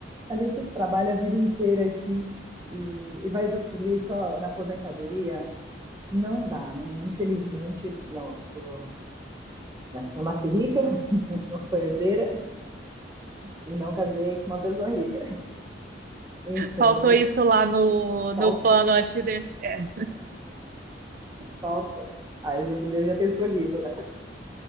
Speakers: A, on the right; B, on the right.
A: a gente trabalha a vida inteira aqui e, e vai usufruir só na aposentadoria? Não dá, né? Infelizmente, não, sou, não nasci rica, <laughs> não sou herdeira e não casei com uma pessoa rica. Então,
B: Faltou isso lá no,
A: Faltou,
B: no plano antes de... é.
A: faltou. A gente devia ter escolhido, né?